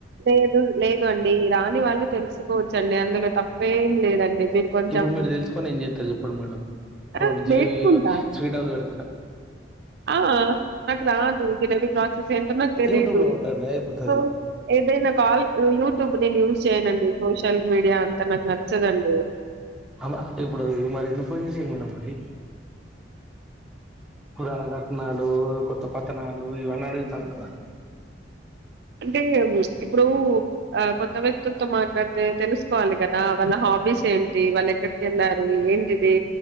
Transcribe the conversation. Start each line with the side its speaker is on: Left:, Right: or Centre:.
Right: లేదు లేదు అండి రాని వాళ్ళు తెలుసుకో చ్చండి అందులో తప్పేం లేదండి మీరు కొంచెం
Centre: ఇప్పుడు మీరు తెలుసుకొని ఏం చేస్తారు చెప్పండి మేడం <unintelligible>
Right: ఆ
Centre: జిలేబీ
Right: నేర్చుకుంటా
Centre: స్వీట్ హౌస్ పెడతారా
Right: ఆ నాకు రాదు జి <unintelligible> ఏంటో మ తెలీదు
Centre: యూట్యూబ్ లో కొట్టండి అయిపోతది
Right: సో ఏదైనా కాల్ యూట్యూబ్ నేను యూస్ చేయనండి సో షల్ మీడియా అంటే నాకు నచ్చదండి
Centre: అమ ఇప్పుడు ఇది మరి ఎందుకు ఫోన్ చెసిర్రు మేడం మరి పురాణ కథనాలు కొత్త పతనాలు ఇవన్నీ అడుగుతారు కదా
Right: అంటే ఇప్పుడు ఆ కొత్త వ్యక్తులతో మాట్లాడితే తెలుసుకోవాలి కదా వాళ్ళ హాబీస్ ఏంటి వాళ్ళు ఎక్కడికెళ్ళారు ఏంటిది